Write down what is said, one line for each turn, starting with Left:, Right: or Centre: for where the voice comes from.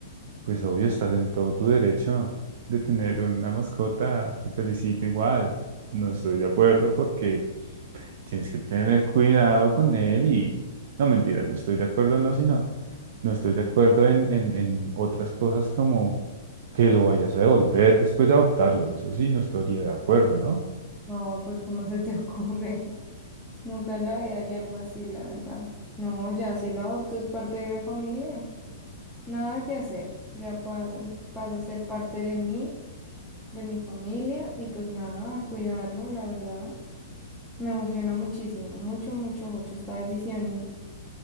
Right: Pues obvio, estás en todo tu derecho de tener una mascota. Te felicito igual. No estoy de acuerdo porque tienes que tener cuidado con él y... No, mentira, no estoy de acuerdo, no, sino... No estoy de acuerdo en, en, en otras cosas como que lo vayas a devolver después de adoptarlo. Eso sí, no estaría de acuerdo, ¿no?
Centre: No, pues ¿cómo se te ocurre? <laughs> Nunca en la vida haría algo así, la verdad. No, ya si lo adopto es parte de la familia. Nada que hacer. Ya pa- pasa a ser parte de mí, de mi familia y pues nada, a cuidarlo, la verdad. Me emociona muchísimo, mucho, mucho, mucho esta decisión.